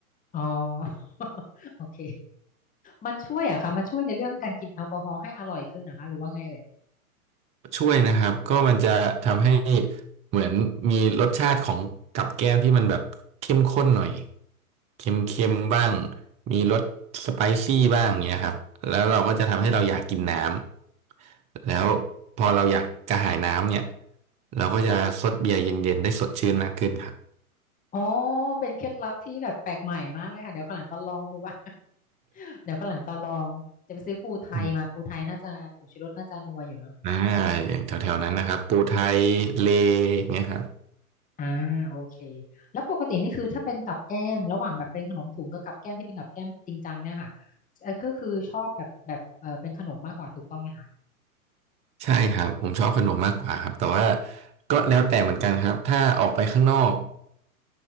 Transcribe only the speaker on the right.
ช่วยนะครับก็มันจะทำให้เหมือนมีรสชาติของกับแก้มที่มันแบบเข้มข้นหน่อยเค็มๆบ้างมีรสสไปซี่บ้างเงี้ยครับแล้วเราก็จะทำให้เราอยากกินน้ำแล้วพอเราอยากกระหายน้ำเนี่ยเราก็จะซดเบียร์เย็นๆได้สดชื่นมากขึ้นครับ
อืมอ่าอย่างแถวๆนั้นนะครับปูไทยเลอย่างเงี้ยครับ
ใช่ครับผมชอบขนมมากกว่าครับแต่ว่าก็แล้วแต่เหมือนกันครับถ้าออกไปข้างนอก